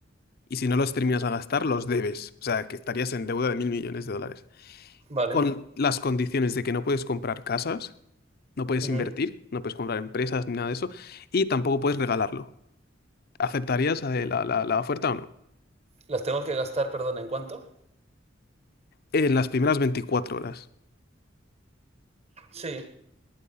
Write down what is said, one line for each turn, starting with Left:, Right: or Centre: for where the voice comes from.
Left: y si no los terminas de gastar, los debes. O sea, que estarías en deuda de mil millones de dólares.
Right: vale.
Left: Con las condiciones de que no puedes comprar casas, no puedes
Right: Ujú.
Left: invertir, no puedes comprar empresas ni nada de eso, y tampoco puedes regalarlo. ¿Aceptarías eh, la, la- la oferta o no?
Right: Las tengo que gastar, perdón, ¿en cuánto?
Left: En las primeras 24 horas.
Right: Sí,